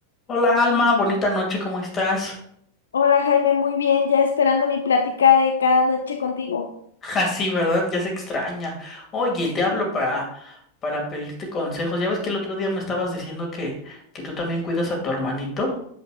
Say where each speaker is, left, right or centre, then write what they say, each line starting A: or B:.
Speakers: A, on the left; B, on the left.
A: Hola Alma, bonita noche, ¿cómo estás? <laughs>
B: Hola Jaime, muy bien, ya esperando mi plática de cada noche contigo.
A: Ja sí, ¿verdad? Ya se extraña. Oye,
B: Sí.
A: te hablo para, para pedirte consejos. Ya ves que el otro día me estabas diciendo que, que tú también cuidas a tu hermanito.